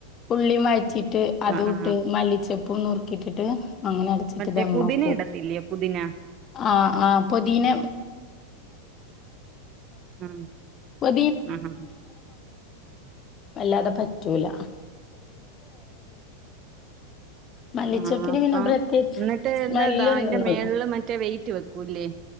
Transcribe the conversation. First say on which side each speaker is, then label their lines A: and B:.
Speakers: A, on the left (about 30°); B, on the right (about 35°).
A: ഉള്ളി വഴറ്റീട്ട് അതുട്ട്
B: ആഹ് ആഹ്
A: മല്ലിച്ചപ്പും നുറുക്കിയിട്ടിട്ട് അങ്ങനെ അടച്ചിട്ട്
B: മറ്റേ
A: ധമ്മാക്കിയാതി
B: പുതിന ഇടത്തില്ലയോ പുതിന
A: ആഹ് ആഹ് പൊതിന
B: ആഹ്
A: പ്പോ
B: ആഹ്
A: അല്ലാതെ പറ്റൂല
B: <inaudible>
A: മല്ലിച്ചപ്പിന്
B: ആഹ് അപ്പം
A: പിന്നെ പ്രത്യേകിച്ച്
B: ന്നിട്ട്
A: സ്മെല്ല്ണ്ടെന്നൊള്ളു.
B: ന്താ തായിന്റെ മേളില് മറ്റേ വെയിറ്റ് വെക്കൂല്ലേ